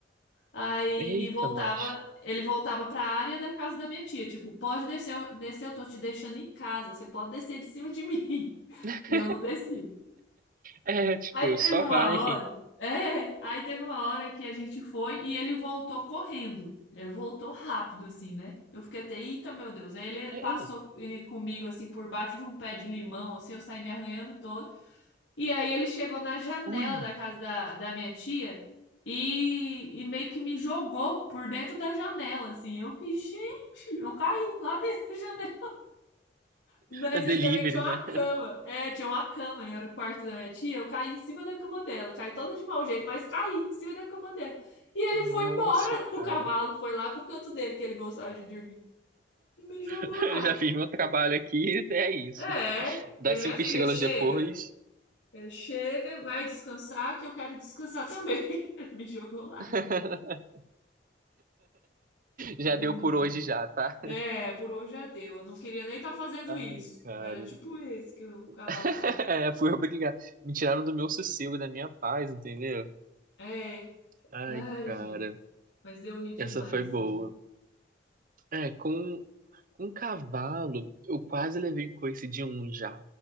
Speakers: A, on the left; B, on the right.
A: Aí
B: Eita,
A: e voltava,
B: nós.
A: ele voltava pra área da casa da minha tia, tipo, pode descer, eu- descer, eu tô te deixando em casa, você pode descer de cima de mim. <laughs>
B: <laughs>
A: E eu não descia.
B: É, tipo,
A: Aí teve
B: só
A: uma
B: vai.
A: hora. É, aí teve uma hora que a gente foi e ele voltou correndo. Ele voltou rápido, assim, né? Eu fiquei até, eita, meu Deus. Aí ele
B: É,
A: passou
B: é.
A: eh, comigo, assim, por baixo de um pé de limão, assim, eu saí me arranhando todo. E aí ele chegou na janela
B: Ui.
A: da casa da, da minha tia e, e meio que me jogou por dentro da janela, assim. Eu fiquei, gente, eu caí lá dentro da janela. Mas
B: É delivery,
A: ainda bem que tinha uma
B: né?
A: cama. É, tinha uma cama, né? Era o quarto da minha tia. Eu caí em cima da cama dela. Caí toda de mau jeito, mas caí em cima da cama dela. E ele
B: Nossa,
A: foi embora. <laughs> O
B: cara.
A: cavalo foi lá pro canto dele, que ele gostava de dormir. E me jogou
B: <laughs>
A: lá.
B: Já fiz meu trabalho aqui, é isso.
A: É,
B: Dá
A: ele,
B: cinco
A: minha filha,
B: estrelas
A: chega.
B: depois.
A: Ele chega, vai descansar, que eu quero descansar também. <laughs> Ele me jogou lá.
B: <laughs> Já
A: Ai,
B: deu por
A: gente.
B: hoje já, tá?
A: É, por hoje já deu. Eu não queria nem estar fazendo
B: Ai,
A: isso.
B: cara.
A: Era tipo esse que o cavalo
B: <laughs>
A: tava.
B: É, fui obrigado. Me tiraram do meu sossego, da minha paz, entendeu?
A: É.
B: Ai,
A: Ai,
B: cara.
A: gente. Mas eu ri demais
B: Essa foi
A: esse
B: boa.
A: dia.
B: É, com, com um cavalo, eu quase levei coice de um já.